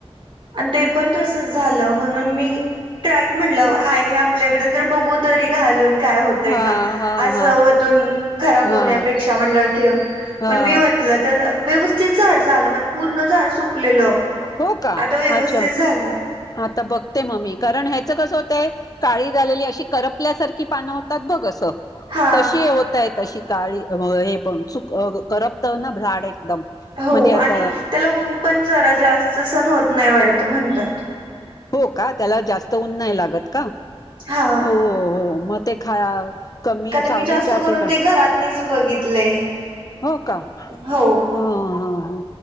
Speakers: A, on the right; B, on the left.
A: आणि ते पण तस झालं म्हणून मी. ट्राईक म्हटलं हाय हे आपल्याकडे तर बघू तरी घालून काय होतय
B: हा
A: का
B: हा
A: असतून
B: हा
A: खराब होण्यापेक्षा
B: हा
A: म्हणलं ठेवन.
B: हा
A: मण मी होटलं तर व्यवस्थित झाड झालं माझ पूर्ण झाड सुकलेलं.
B: हो का
A: आता व्यवस्थित
B: अच्छा
A: झालं
B: आता बघते मम्मी कारण ह्याच कसं होतय. काळी झालेली अशी करपल्यासारखी पानं होतात बघसं.
A: हा
B: तशी होतय तशी काळी हे पण चक कर तर ना झाड एकदम
A: हो
B: म्हणजे याच
A: आणि त्याला ऊन पण जरा जास्त सण होत नाही वाटत म्हणतात.
B: हो का त्याला जास्त उऊन नाही लागत का
A: हा
B: हो हो मग ते खा कमी
A: का तर
B: सावलीच्या
A: मी जास्त करून
B: ठिकाण
A: ते घरात निच बघितले.
B: हो का ह
A: हो
B: हो हो.